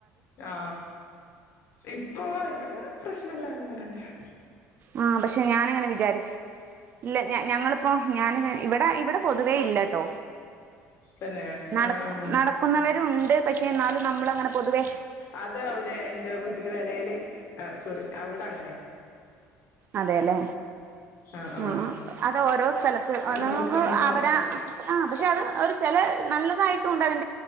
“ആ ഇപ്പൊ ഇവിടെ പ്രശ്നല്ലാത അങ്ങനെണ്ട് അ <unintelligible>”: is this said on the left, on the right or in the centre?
Left